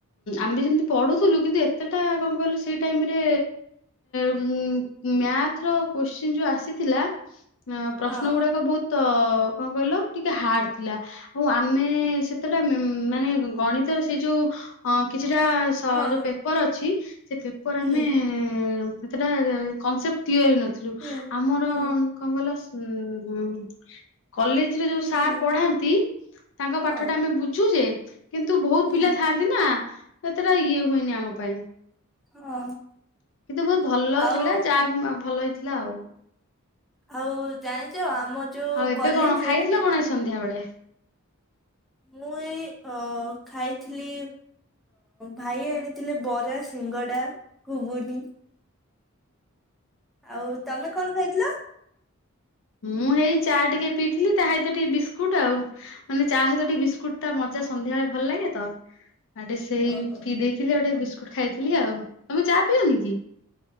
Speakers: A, on the left; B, in the centre.
A: ଆମେ ଯେମିତି ପଢୁଥିଲୁ କିନ୍ତୁ ଏତେଟା କଣ କହିଲ ସେ ଟାଇମରେ ଉ ମ୍ୟାଥ ର କୋଶ୍ଚିନ୍ ଯୋଉ ଆସିଥିଲା ପ୍ରଶ୍ନ
B: ହଁ
A: ଗୁଡାକ ବହୁତ ତ କଣ କହିଲ ଟିକେ ହାର୍ଡ ଥିଲା ଆଉ ଆମେ ସେତେଟା ମାନେ ଗଣିତ ର ସେ ଯୋଉ ଅ କିଛିଟା ଯୋଉ
B: ହଁ
A: ପେପର ଅଛି ସେ ପେପର
B: ହୁଁ
A: ଆମେ ସେତେଟା କନସେପ୍ଟ କ୍ଲିୟର ହେଇ ନଥିଲୁ
B: ହୁଁ
A: ଆମର
B: ହୁଁ
A: କଣ କହିଲ ହୁଁ କଲେଜ ଯୋଉ ସାର୍
B: ହୁଁ
A: ପଢାନ୍ତି ତାଙ୍କ ପାଠ
B: ହଁ
A: ଟା ଆମେ ବୁଝୁ ଯେ <inaudible> କିନ୍ତୁ ବହୁତ
B: ହୁଁ
A: ପିଲା ଥାଆନ୍ତି ନା। ସେତେଟା ଇଏ ହୁଏନି ଆମ ପାଇଁ।
B: ହଁ।
A: କିନ୍ତୁ ବହୁତ ଭଲ
B: ଆଉ
A: ଥିଲା ଯାହା ଭଲ ହେଇଥିଲା ଆଉ।
B: ଆଉ ଜାଣିଛ ଆମ ଯୋଉ
A: ଆଉ ଏବେ
B: କଲେଜରେ
A: କଣ ଖାଇଥିଲ କଣ ଏ ସନ୍ଧ୍ୟା ବେଳେ?
B: ମୁଁ ଏଇ ଅ ଖାଇଥିଲି ଭାଇ ଆଣିଥିଲି ବରା, ସିଙ୍ଗଡ଼ା, ଘୁଗୁନି। ଆଉ ତମେ କଣ ଖାଇଥିଲ?
A: ମୁଁ ଏଇ ଚା ଟିକେ ପିଇଥିଲି ତା ସହିତ ଟିକେ ବିସ୍କୁଟ ଆଉ ମାନେ ଚା ସହିତ ଟିକେ ବିସ୍କୁଟ ତା ମଜା ସନ୍ଧ୍ୟାବେଳେ ଭଲ ଲାଗେ ତ। ଆଡେ ସେଇ
B: ଓହୋ
A: ପି ଦେଇଥିଲେ ଗୋଟେ ବିସ୍ ଖାଇଥିଲି ଆଉ ତଁ ଚା
B: <inaudible>
A: ପିଅନି କି?